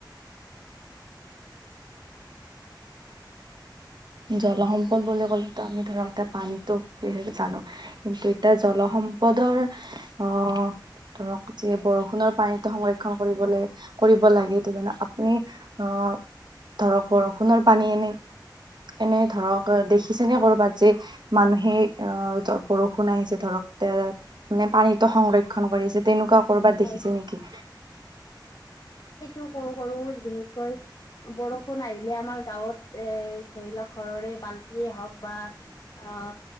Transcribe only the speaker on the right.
জলসম্পদ বুলি ক'লেটো আমি ধৰক এতিয়া পানীটো বিশেষ জানো। কিন্তু এতিয়া জলসম্পদৰ অঁ ধৰক যে বৰষুণৰ পানীটো সংৰক্ষণ কৰিবলে কৰিব লাগে তেনেকা। আপুনি অঁ ধৰক বৰষুণৰ পানী এনে এনে ধৰক দেখিছেনে ক'ৰবাত যে মানুহে অঁ বৰষুণ আহিছে ধৰক এ মানে পানীতো সংৰক্ষন কৰিছে। তেনেকুৱা কৰবাত
দেখিছে নেকি?